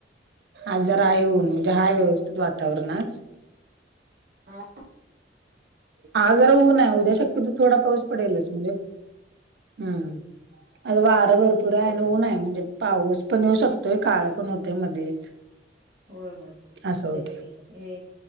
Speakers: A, on the right (about 70°); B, on the right (about 55°).
A: आज जरा आहे ऊन म्हणजे आहे व्यवस्थित वातावरण आज,
B: हा
A: आज जरा ऊन आहे उद्या शक्यतोर थोडा पाऊस पडेलच म्हणजे हम्म - आज वारं भरपूर आहे
B: होय, होय.
A: ऊन आहे म्हणजे पाऊस पण येऊ शकतोय काळ पण होतय मध्येच-
B: होय होय
A: असं
B: तेच
A: होतय
B: की येईल